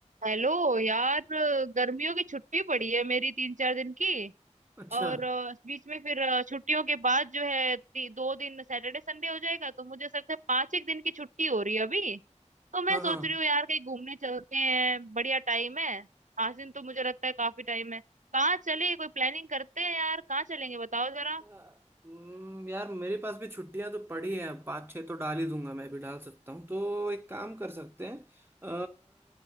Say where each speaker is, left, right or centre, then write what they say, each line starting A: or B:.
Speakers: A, on the right; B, on the right.
A: Hello यार गर्मियों की छुट्टी पड़ी है मेरी तीन चार दिन की
B: अच्छा
A: और अ, बीच में फिर अ, छुट्टियों के बाद जो है ती, दो दिन सैटरडे संडे हो जाएगा तो मुझे ऐसा लगता है पांच एक दिन की छुट्टी हो रही है अभी तो मैं
B: हाँ
A: सोच
B: हाँ
A: रही हूँ यार कहीं घूमने चलते हैं बढ़िया टाइम है पांच दिन तो मुझे लगता है काफी टाइम है कहाँ चले कोई प्लानिंग करते हैं यार कहाँ चलेंगे बताओ जरा
B: अ, हम्म, यार मेरे पास भी छुट्टियां तो पड़ी हैं पाँच छः तो डाल ही दूंगा मैं भी डाल सकता हूँ तो एक काम कर सकते हैं अ,